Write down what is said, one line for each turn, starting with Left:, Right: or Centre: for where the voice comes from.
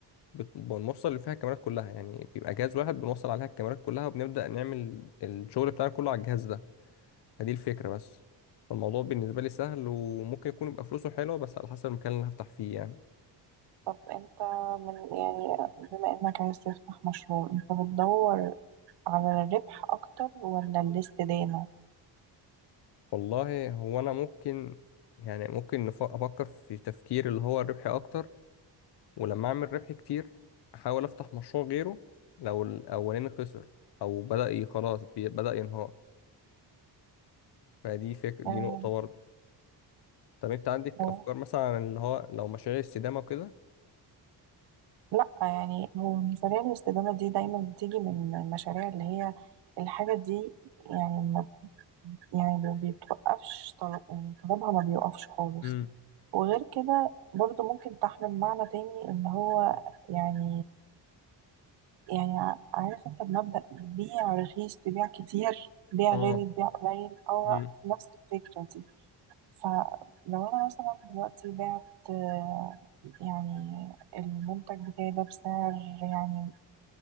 Left: بت- بنوصل اللي فيها الكاميرات كلها يعني بيبقى جهاز واحد بنوصل عليها الكاميرات كلها وبنبدأ نعمل الشغل بتاعنا كله على الجهاز ده فدي الفكرة بس فالموضوع بالنسبة لي سهل وممكن يكون يبقى فلوسه حلوة بس على حسب المكان اللي هفتح فيه يعني
Right: طب انت من يعني بما انك عايز تفتح مشروع انت بتدور على الربح اكتر ولا الاستدامة
Left: والله هو أنا ممكن يعني ممكن نف- أفكر في تفكير اللي هو الربحي أكتر ولما أعمل ربح كتير أحاول أفتح مشروع غيره لو الأولاني خسر أو بدأ ي- خلاص بي- بدأ ينهار فدي فكرة
Right: آه،
Left: دي نقطة برضه طب أنت عندك
Right: هو-
Left: أفكار مثلا عن اللي هو لو مشاريع استدامة وكده
Right: لا يعني هو مشاريع الاستدامة دي دايما بتيجي من المشاريع اللي هي الحاجة دي يعني ما يعني ما بيتوقفش طلب يعني طلبها ما بيوقفش خالص
Left: امم
Right: وغير كده برضو ممكن تحمل معنى تاني ان هو يعني يعني ع- عارف انت بمبدأ بيع رخيص تبيع كتير بيع
Left: اه
Right: غالي تبيع قليل هو
Left: امم
Right: نفس الفكرة دي فلو انا مثلا دلوقتي بعت آه، يعني المنتج بتاعي ده بسعر يعني